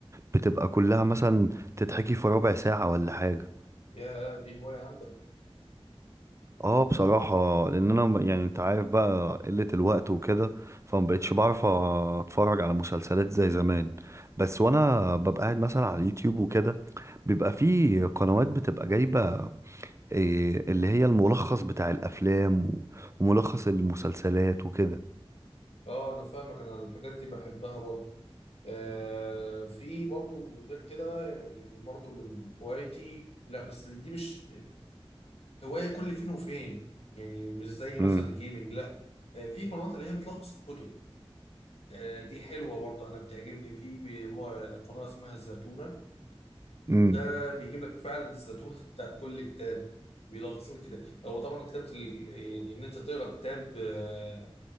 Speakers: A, on the right; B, on the left.
A: بتبقى كلها مثلا تتحكي في ربع ساعة ولا حاجة
B: يا دي هواية عندك؟
A: اه بصراحة لأن أنا م- يعني أنت عارف بقى قلة الوقت وكده فمبقتش بعرف أتفرج على مسلسلات زي زمان بس وأنا ببقى قاعد مثلا على اليوتيوب وكده بيبقى في قنوات بتبقى جايبة إيه اللي هي الملخص بتاع الافلام و- وملخص المسلسلات وكده
B: آه أنا فاهمك أنا الحاجات دي بحبها برضه آه، في برضو غير كده يعني برضو من هوايتي لا بس دي مش هواية كل فين وفين يعني مش زي مثلا
A: امم
B: الجيمنج لا آه، في قنوات اللي هي بتلخص الكتب آه، دي حلوة برضو أنا بتعجبني في بي- ما- قناة اسمها الزتونة
A: امم
B: ده بيجيب لك فعلا الزتونة <laughs> بتاع كل كتاب بيلخص لك كتاب هو طبعا كتابة ال- يعني إن أنت تقرأ كتاب آه،